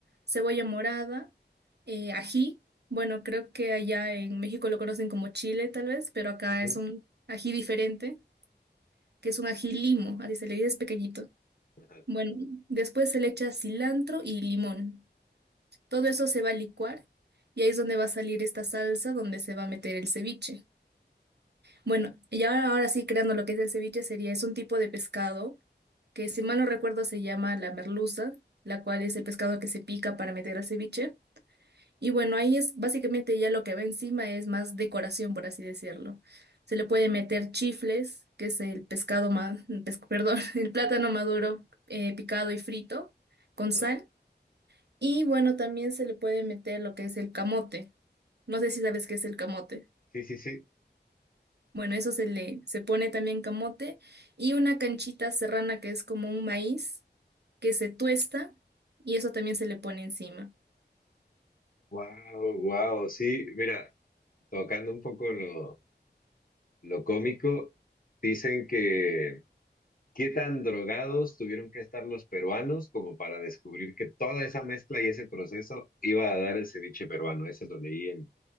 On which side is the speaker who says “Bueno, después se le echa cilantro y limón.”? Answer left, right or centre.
Right